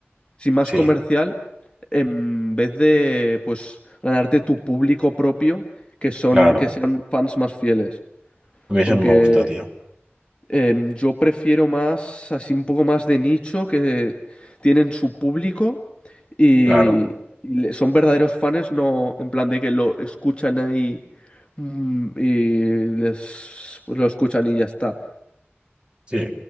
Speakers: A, on the left; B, on the right.
A: si más
B: sí,
A: comercial, en vez de, pues, ganarte tu público propio, que son,
B: claro.
A: que sean fans más fieles.
B: A mí eso
A: Porque
B: no me gusta, tío.
A: Em, yo prefiero más, así un poco más de nicho, que tienen su público y,
B: Claro,
A: y le- son verdaderos fans, no en plan de que lo escuchan ahí mm, y les, pues lo escuchan y ya está.
B: sí.